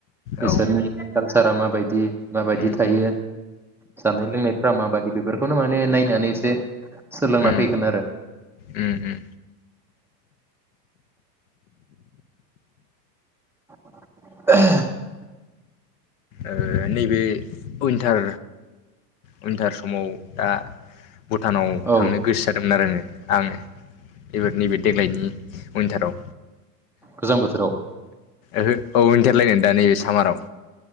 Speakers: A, in the centre; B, on the left (about 60°).
A: बिसोरनि
B: औ
A: कालसारा माबायदि माबायदि
B: उम
A: थायो
B: उम
A: जानाय लोंनायफ्रा माबादि बेफोरखौनो माने नायनानै एसे सोलोंना
B: उम
A: फैगोनआरो।
B: उम उम
A: <inaudible>
B: ओ नैबे उयिन्तार उयिन्तार समाव दा भुटानाव
A: औ
B: थांनो गोसो जादोंमोन आरो आङो। आङो एबार नैबे देग्लायनि उइनटाराव
A: गोजां बोथोराव
B: ओहो औ उन्थारलायनो दा नैबे सामाराव